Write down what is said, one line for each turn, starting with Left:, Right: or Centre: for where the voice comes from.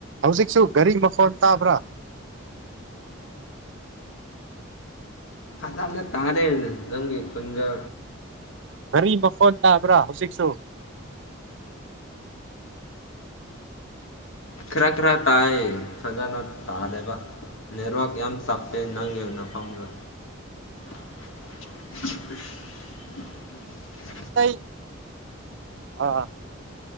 Right: ꯍꯧꯖꯤꯛꯁꯨ ꯒꯥꯔꯤ ꯃꯈꯣꯟ ꯇꯥꯕ꯭ꯔꯥ
Left: ꯑꯗꯗ ꯇꯥꯔ ꯍꯥꯏꯅꯤ ꯈꯨꯟꯖ
Right: ꯒꯥꯔꯤ ꯃꯈꯣꯟ ꯇꯥꯕ꯭ꯔꯥ ꯍꯧꯖꯤꯛꯁꯨ
Left: ꯈꯔ ꯈꯔ ꯇꯥꯏ ꯐꯖꯅ ꯇꯥꯗꯦꯕ ꯅꯦꯠꯋꯥꯛ ꯌꯥꯝ ꯆꯞꯇꯦ ꯅꯪꯒꯤꯅ ꯐꯥꯎꯒ
Right: ꯎ
Left: <unintelligible>
Right: ꯃꯤꯇ ꯑ